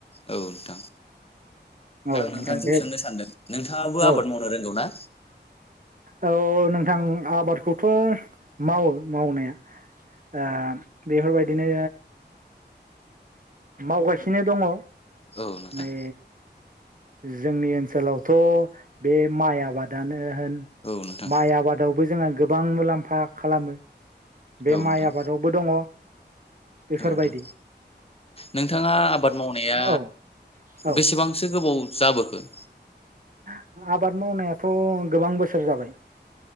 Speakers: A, on the left; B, on the right.
A: औ नोंथां
B: औ
A: आं नोंथांनिसिम
B: नोंथां दे
A: सोंनो सानदों नोंथाङाबो आबाद
B: औ
A: मावनो रोंगौ ना?
B: औ नोंथां आबादखौथ' मावो मावनाया ओ बेफोरबायदिनो मावगासिनो दङ।
A: औ नोंथां
B: नै जोंनि ओनसोलावथ' बे माइ आबादानो होन
A: औ नोंथां
B: माइ आबादावबो जोंहा गोबां मुलाम्फा खालामो, बे
A: औ नोंथां
B: माइ आबादावबो दङ, बेफोरबायदि।
A: औ नोंथां नोंथाङा आबाद मावनाया
B: औ औ
A: बेसेबांसो गोबाव जाबोखो?
B: आबाद मावनायाथ' गोबां बोसोर जाबाय।